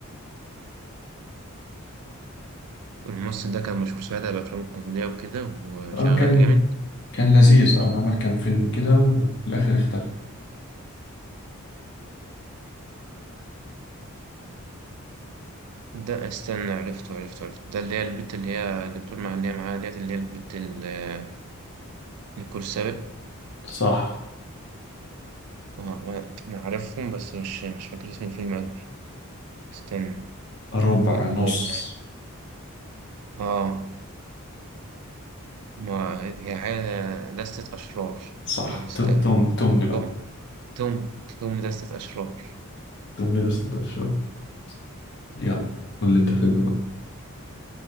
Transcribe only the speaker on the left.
اه كان
كان لذيذ اه عمل كام فيلم كده وفي الاخر اختفى
صح
ربع
نص
صح
تم تم تمن بقى
تمن ده استطاع شوية يلا قول لي انت فيلم بقى